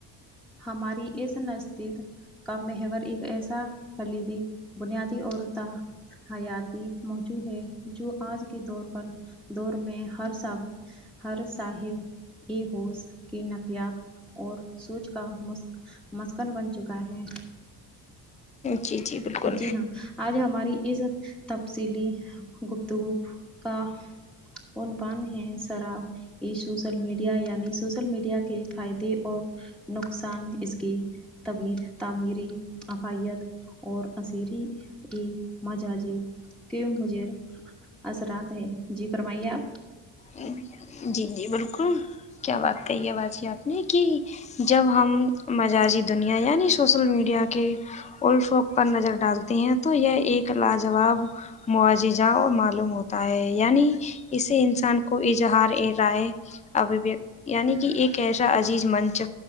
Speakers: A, in the centre; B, on the left.
A: ہماری اس نزدید کا مہور ایک ایسا خلیدی بنیادی اور ت حیاتی موجو ہے جو آج کے دور پر دور میں ہر سال ہر <unintelligible> مسکن بن چکا ہے
B: جی جی بالکل
A: جی ہاں آج ہماری اس تفصیلی گفتگو کا عنوان ہے شراب یہ سوشل میڈیا یعنی سوشل میڈیا کے فائدے اور نقصان اس کی تمییر تعمیری افائیت <unintelligible> اثرات ہے جی فرمائیے آپ
B: ہ جی جی بالکل کیا بات کہی ہے باجی آپ نے کہ جب ہم مزجی دنیا یعنی سوشل میڈیا کے الفوک پر نظر ڈالتے ہیں تو یہ ایک لاجواب معاجزا اور معلوم ہوتا ہے یعنی اسے انسان کو اظہار ا رائے ابویک یعنی کہ ایک ایسا عزیز منچ